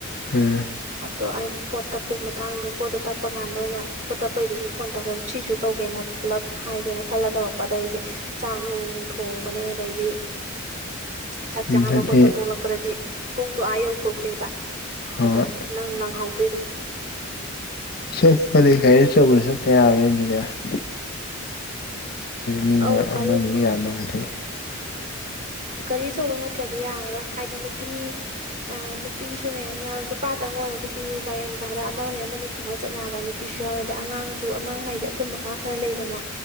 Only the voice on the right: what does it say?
ꯑꯗꯣ ꯑꯩꯅ ꯄꯣꯠ ꯇꯞꯄꯩ ꯃꯇꯥꯡꯗꯣ ꯄꯣꯠꯇꯣ ꯇꯞꯄ ꯀꯥꯟꯗ ꯑꯣꯏꯅ ꯄꯣꯠ ꯇꯞꯄꯩꯗꯨꯁꯨ ꯐꯣꯟ ꯇꯧꯒꯦ ꯑꯗꯣ ꯁꯤꯁꯨ ꯇꯧꯒꯦꯅ ꯄꯨꯜꯂꯞ ꯍꯥꯏꯒꯦꯅ ꯈꯜꯂ ꯇꯧꯔꯛꯄꯗ ꯑꯩꯁꯦ ꯆꯥꯛ ꯅꯨꯡ ꯊꯣꯡꯕꯅꯦ ꯑꯗꯩꯗꯤ ꯆꯥꯛ ꯆꯥꯕ
ꯈꯣꯠꯄ ꯇꯣꯂꯛꯄꯗꯗꯤ ꯄꯨꯡꯗꯣ ꯑꯥ ꯌꯧꯊꯣꯛꯈ꯭ꯔꯦꯕ
ꯑꯗꯨꯅꯤ ꯅꯪ ꯅꯪꯍꯧꯗ꯭ꯣꯏꯗꯣ
ꯑꯧ ꯒꯥꯔꯤ
ꯒꯥꯔꯤ ꯑꯆꯧꯕ ꯅꯠꯇ꯭ꯔꯗꯤ ꯌꯥꯔꯔꯣꯏ ꯍꯥꯏꯗꯤ ꯅꯨꯄꯤ ꯑ ꯅꯨꯄꯤꯁꯨ ꯃꯌꯥꯝ ꯌꯥꯎꯔꯦ ꯅꯨꯄꯥꯇꯪ ꯑꯣꯏꯔꯕꯨꯗꯤ ꯒꯥꯔꯤ ꯃꯆꯥꯗ ꯑꯃ ꯑꯃꯅꯤ ꯊꯣꯡꯉꯒ ꯆꯠ ꯌꯥꯕ ꯅꯨꯄꯤꯁꯨ ꯌꯥꯎꯋꯦꯗ ꯑꯉꯥꯡꯁꯨ ꯑꯉꯥꯡ ꯍꯥꯏꯗꯤ ꯑꯩꯈꯣꯏ ꯃꯈꯥ ꯈꯔ ꯂꯩꯗꯅ